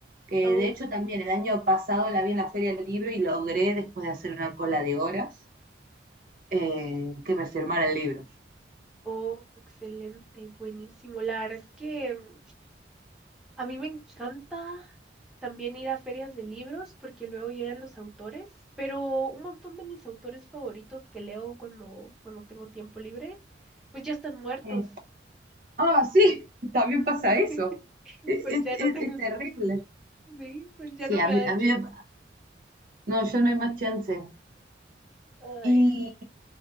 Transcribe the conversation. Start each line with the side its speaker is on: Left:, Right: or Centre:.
Right: Que
Centre: Ok.
Right: de hecho también el año pasado la vi en la Feria del Libro y logré, después de hacer una cola de horas, eh, que me firmara el libro.
Centre: Oh, excelente, buenísimo. La verdad es que mm, a mí me encanta también ir a ferias de libros porque luego llegan los autores, pero un montón de mis autores favoritos que leo cuando, cuando tengo tiempo libre, pues ya están muertos.
Right: Eh, Ah, sí, <laughs> también pasa
Centre: <laughs>
Right: eso. Es,
Centre: Pues
Right: es-
Centre: ya
Right: es-
Centre: no tengo,
Right: es terrible.
Centre: sí, pues ya
Right: Sí,
Centre: no
Right: a
Centre: me
Right: mí,
Centre: da
Right: a
Centre: chance.
Right: mí me- no, yo no hay más chance.
Centre: Ay,
Right: Y
Centre: no.